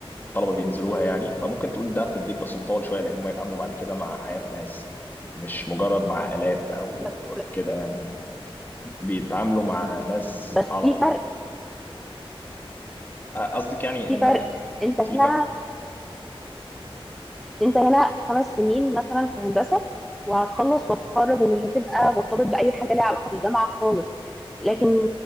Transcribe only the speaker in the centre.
بس
بس
في
فرق
في
فرق انت هنا
انت هنا خمس سنين مثلا في هندسه وهتخلص وتتخرج ومش هتبقى مرتبط باي حاجه ليها علاقه بالجامعه خالص لكن